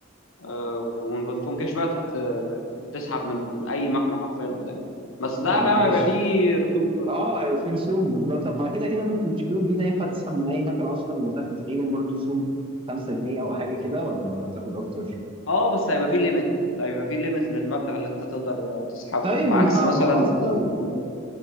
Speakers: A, on the left; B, on the right.
A: آه، ومن فودافون كاش بقى تروح ت- تسحب من اي مكنه حرفيا قدام بس ده
B: طب
A: فاهم
B: معلش
A: هيبقى فيه رسوم شويه
B: اه هيبقى في رسوم بالظبط طب ما كده كده ما انت بتشتريهم بيه ده ينفع تسحب من اي مكنه اصلا وتاخد تقريبا برضه رسوم 5 جنيه او حاجه كده ولا ولا بتاخد اكتر
A: اه بس هيبقى فيه ليميت هيبقى فيه ليميت للمبلغ اللي انت تقدر آه، تسحبه
B: طيب
A: عكس
B: ما
A: مثلا
B: ما هو اصلا
A: فودافون كاش